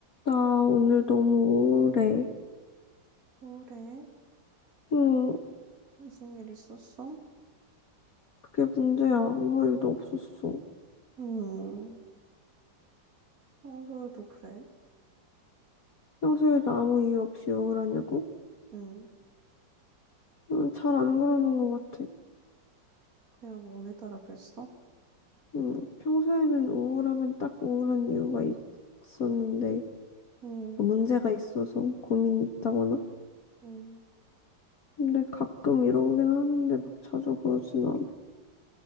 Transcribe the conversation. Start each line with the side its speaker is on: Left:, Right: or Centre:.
Left: 나 오늘 너무 우울해.
Right: 그래?
Left: 응,
Right: 무슨 일 있었어?
Left: 그게 문제야. 아무 일도 없었어.
Right: 음, 평소에도 그래?
Left: 평소에도 아무 이유 없이 우울하냐고?
Right: 음,
Left: 응, 잘 안 그러는 것 같아.
Right: 그냥 오늘따라 그랬어?
Left: 응, 평소에는 우울하면 딱 우울한 이유가 있- 있었는데,
Right: 음,
Left: 그 문제가 있어서 고민이 있다거나?
Right: 음,
Left: 근데 가끔 이러긴 하는데 막 자주 그러진 않아.